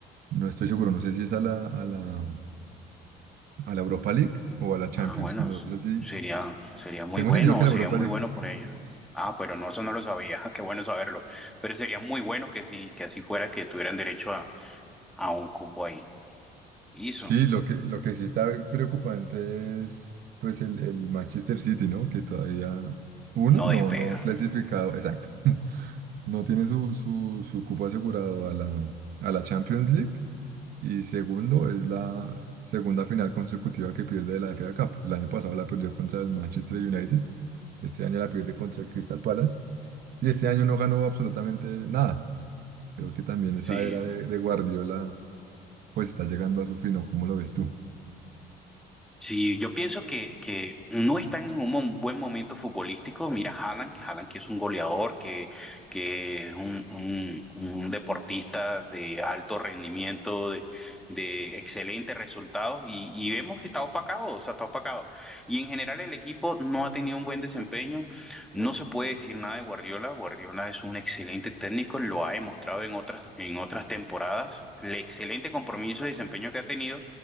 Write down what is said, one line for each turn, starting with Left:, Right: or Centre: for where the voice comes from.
Right: No estoy seguro, no sé si es a la, a la, a la Europa League o a la Champions.
Centre: Ah, bueno,
Right: No
Centre: s-
Right: sé si...
Centre: sería, sería muy
Right: Tengo
Centre: bueno,
Right: entendido que la
Centre: sería
Right: Europa
Centre: muy
Right: League.
Centre: bueno por ellos. Ah, pero no, eso no lo sabía, <laughs> qué bueno saberlo. Pero sería muy bueno que sí, que así fuera, que tuvieran derecho a, a un cupo ahí. Hizo,
Right: Sí, lo que, lo que sí está preocupante es pues el, el Manchester City, ¿no? Que todavía uno
Centre: no
Right: no,
Centre: despega.
Right: no ha clasificado, exacto. <laughs> No tiene su, su, su cupo asegurado a la, a la Champions League. Y segundo, es la segunda final consecutiva que pierde de la FA Cup. El año pasado la perdió contra el Manchester United. Este año la pierde contra el Crystal Palace. Y este año no ganó absolutamente nada. Creo que también esa
Centre: Sí.
Right: era de, de Guardiola pues está llegando a su fin, ¿o ¿Cómo lo ves tú?
Centre: Sí, yo pienso que, que no están en un mom- buen momento futbolístico. Mira, Haaland, que Haaland que es un goleador, que, que es un, un- un deportista de alto rendimiento, de, de excelentes resultados, y, y vemos que está opacado, o sea, está opacado. Y en general el equipo no ha tenido un buen desempeño. No se puede decir nada de Guardiola. Guardiola es un excelente técnico, lo ha demostrado en otras, en otras temporadas. El excelente compromiso y desempeño que ha tenido,